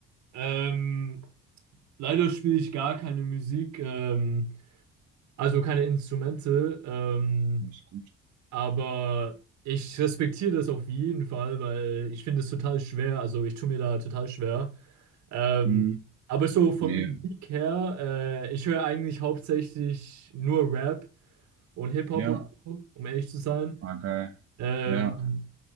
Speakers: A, on the right; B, on the right.
A: Ähm, leider spiele ich gar keine Musik, ähm, also keine Instrumente. Ähm,
B: Alles gut.
A: Aber ich respektiere das auf jeden Fall, weil ich finde es total schwer. Also ich tue mir da total schwer. Ähm,
B: Hm,
A: aber so von
B: nee.
A: Musik her, äh, ich höre eigentlich hauptsächlich nur Rap und Hip-Hop
B: Ja,
A: und so, um ehrlich zu sein.
B: ah, geil.
A: Ähm,
B: Ja,